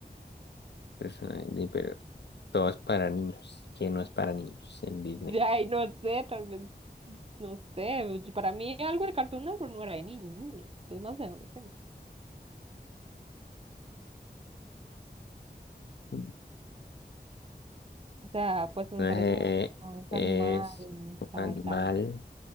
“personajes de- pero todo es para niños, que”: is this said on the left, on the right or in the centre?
Left